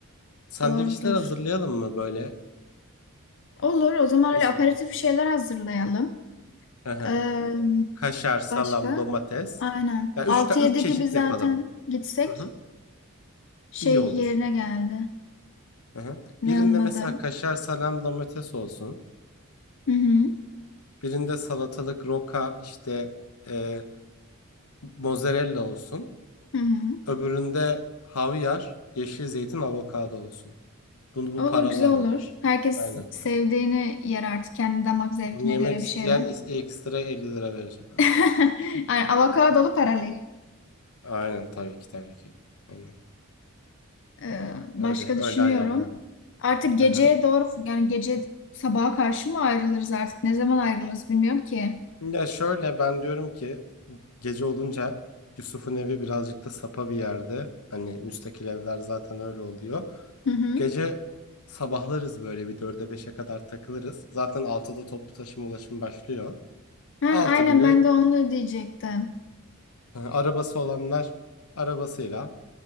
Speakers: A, on the left; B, on the left.
A: Sandviçler
B: doğrudur.
A: hazırlayalım mı böyle?
B: Olur. O zaman
A: Nasıl
B: öyle aperatif
A: olur sandviç?
B: şeyler hazırlayalım.
A: Hı hı.
B: Ee,
A: Kaşar, salam,
B: başka?
A: domates.
B: Aynen.
A: Ya üç,
B: Altı
A: ta üç
B: yedi
A: çeşit
B: gibi zaten
A: yapalım.
B: gitsek
A: Hı hı.
B: şey
A: İyi olur.
B: yerine geldi.
A: Hı hı.
B: Ne
A: Birinde
B: onun adı?
A: mesela kaşar, salam, domates olsun.
B: Hı hı.
A: Birinde salatalık, roka, işte e, mozzarella olsun.
B: Hı hı.
A: Öbüründe havyar, yeşil zeytin, avokado olsun. Bunu bu
B: Olur
A: paralama.
B: güzel olur. Herkes
A: Aynen.
B: sevdiğini yer artık. Kendi damak zevkine
A: Bunu yemek
B: göre bir
A: isteyen
B: şeyler.
A: is- ekstra 50 lira verecek ama.
B: <laughs> Yani avokadolu paralı.
A: Aynen tabii ki tabii ki. Aynen.
B: Ee, başka
A: Öyle öyle
B: düşünüyorum.
A: ayarlayalım.
B: Artık geceye
A: Aha.
B: doğru yani gece sabaha karşı mı ayrılırız artık? Ne zaman ayrılırız bilmiyorum ki.
A: Ya şöyle ben diyorum ki gece olunca Yusuf'un evi birazcık da sapa bir yerde. Hani müstakil evler zaten öyle oluyor.
B: Hı hı.
A: Gece sabahlarız böyle bir dörde beşe kadar takılırız. Zaten 6'da toplu taşıma ulaşım başlıyor.
B: Heh,
A: 6
B: aynen
A: gibi
B: ben de onu diyecektim.
A: e, arabası olanlar arabasıyla,